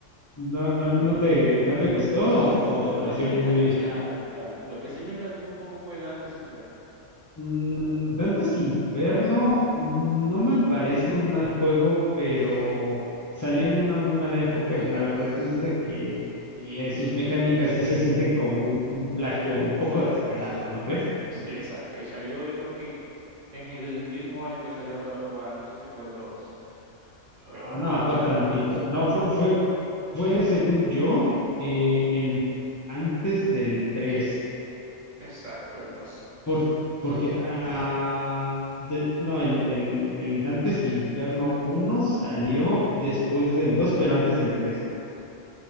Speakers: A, on the left (about 25°); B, on the right (about 80°).
A: ¿no, no, no te, no te gustó o, o te pareció
B: No me
A: muy,
B: engancharon tanto. El que sí me enganchó un poco fue Dante's Inferno.
A: Mm, Dante's Inferno no me parece un mal juego, pero salió en una muy mala época y la verdad es de que
B: Y
A: eh, sus mecánicas sí se sienten como un, un plagio un poco descarado, ¿no crees?
B: sí, exacto. Y salió, yo creo que en el mismo año que salió God of War, no sé si fue el dos. Pero
A: Ah,
B: no-
A: no,
B: o
A: por
B: sea,
A: tantito. No, fue, fue, fue según yo, eh, en, antes del tres,
B: exacto, el 2.
A: Por, porque, ah, de- no, el, el, el Dante's Inferno uno salió después del 2, pero antes del 3.